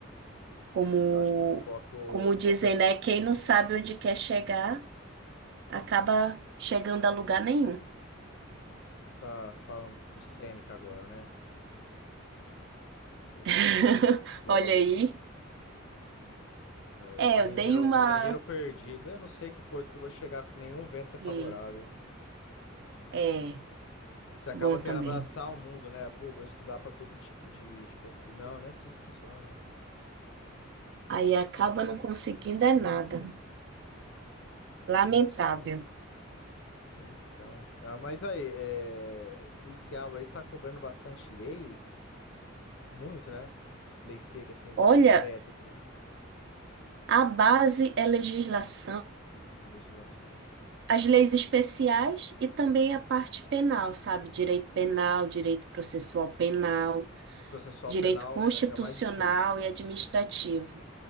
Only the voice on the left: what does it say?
Sim, eu acho que foco,
foco
é
tá falando do Sêneca agora, né? O
filósofo,
é,
o marinheiro,
o marinheiro perdido. Eu não sei que porto que eu vou chegar, nenhum vento
é favorável.
Você acaba
querendo
abraçar o mundo, né? Pô, vou estudar para todo tipo de, de concurso. Não, não é assim que funciona, não.
Então, então. Ah, mas aí, é, esse policial aí tá cobrando bastante lei, muito, né? Lei seca, assim, tipo,
direta, assim,
legislação.
Processual
penal
é é o mais difícil, né?